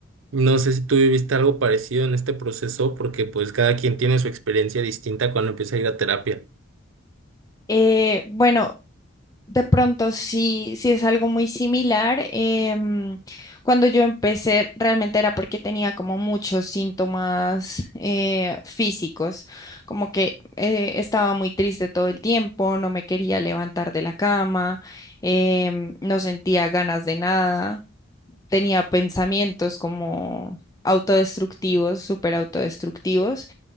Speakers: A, on the right; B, on the left.
A: No sé si tú viviste algo parecido en este proceso, porque pues cada quien tiene su experiencia distinta cuando empieza a ir a terapia.
B: Eh, bueno, De pronto, sí, sí es algo muy similar. em, cuando yo empecé, realmente era porque tenía como muchos síntomas eh, físicos, como que eh, estaba muy triste todo el tiempo, no me quería levantar de la cama, em, no sentía ganas de nada, tenía pensamientos como autodestructivos, súper autodestructivos.